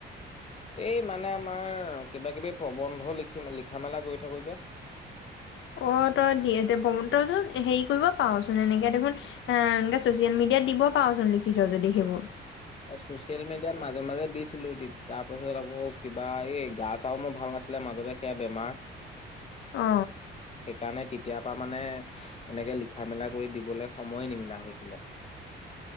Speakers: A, on the left; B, on the left.
A: এই মানে আমাৰ কিবা কিবি প্ৰবন্ধ লিখি লিখা মেলা কৰি থাকোঁ যে
B: অ তই তইচোন হেৰি কৰিব পাৰচোন এনেকে দেখোন এ এ চচিয়েল মিডিয়াত দিব পাৰচোন লিখিছ যদি সেইবোৰ
A: ছ'চিয়েল মিডিয়াত মাজে মাজে দিছিলোঁ তাৰপাছত আকৌ কিবা এই গা চা মোৰ ভাল নাছিলে মাজতে সেয়া বেমাৰ
B: অ
A: সেইকাৰণে তেতিয়াৰ পৰা মানে এনেকে লিখা মেলা কৰি দিবলৈ সময় নিমিলা হৈছিলে